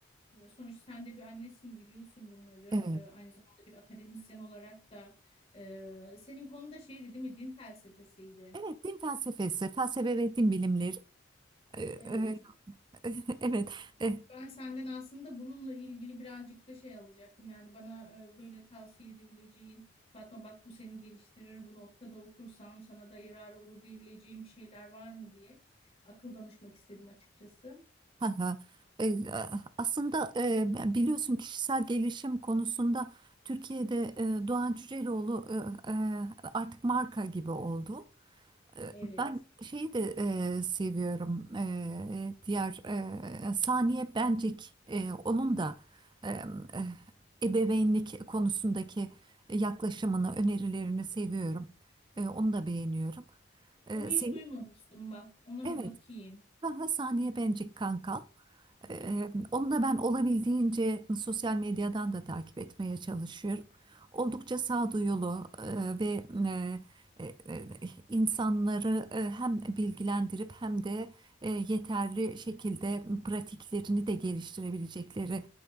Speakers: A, on the left; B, on the right.
A: e, Sonuçta sen de bir annesin biliyorsun bunları.
B: evet,
A: E, Aynı zamanda bir akademisyen olarak da e, senin konuda şeydi değil mi? Din felsefesiydi.
B: Evet, din felsefesi, felsefe ve din bilimleri. Ee,
A: Evet.
B: e, <laughs> evet, e,
A: Ben senden aslında bununla ilgili birazcık da şey alacaktım. Yani bana e, böyle tavsiye edebileceğin, Fatma bak bu seni geliştirir, bu noktada okursan sana da yarar olur diyebileceğin bir şeyler var mı diye akıl danışmak istedim açıkçası.
B: ha ha. E, aslında e, biliyorsun kişisel gelişim konusunda Türkiye'de e, Doğan Cüceloğlu e, e, artık marka gibi oldu. E,
A: Evet.
B: Ben şeyi de e, seviyorum. E, diğer e, Saniye Bencik e, onun da e, e, ebeveynlik konusundaki yaklaşımını, önerilerini seviyorum. E, onu da beğeniyorum. E,
A: Onu hiç
B: senin
A: duymamıştım bak. Ona
B: evet.
A: bir bakayım.
B: Aha, Saniye Bencik kanka. Ee, onu da ben olabildiğince sosyal medyadan da takip etmeye çalışıyorum. Oldukça sağduyulu e, ve e, e, e, insanları e, hem bilgilendirip hem de e, yeterli şekilde pratiklerini de geliştirebilecekleri